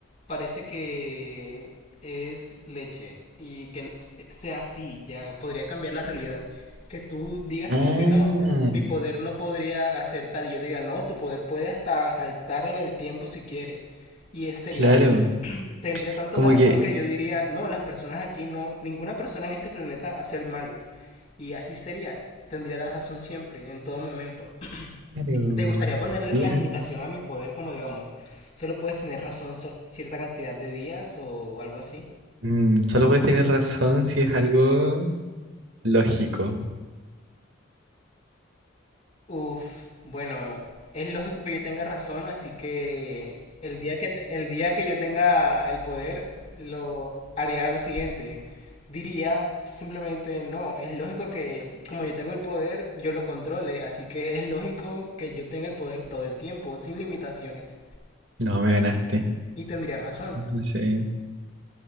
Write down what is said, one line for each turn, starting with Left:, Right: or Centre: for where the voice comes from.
Left: parece que es leche y que l- sea así, ya podría cambiar la realidad. Que tú digas
Right: Ah,
Left: como que no, mi poder no podría hacer tal y yo diga no, tu poder puede hasta saltar en el tiempo si quiere. Y es, sería
Right: claro.
Left: así. Tendría tanto
Right: Como
Left: la razón
Right: que,
Left: que yo diría, no, las personas aquí no, ninguna persona en este planeta hace el mal. Y así sería. Tendría la razón siempre, en todo momento.
Right: claro.
Left: ¿Te gustaría ponerle
Right: Mira,
Left: una limitación a mi poder, como digamos, solo puedes tener razón so- cierta cantidad de días o algo así?
Right: mm, solo puedes tener razón si es algo lógico.
Left: Uf, bueno, es lógico que yo tenga razón, así que el día que, te- el día que yo tenga el poder, lo haría lo siguiente. Diría simplemente, no, es lógico que como yo tengo el poder, yo lo controle, así que es lógico que yo tenga el poder todo el tiempo, sin limitaciones.
Right: No, me ganaste.
Left: Y tendría razón.
Right: Entonces,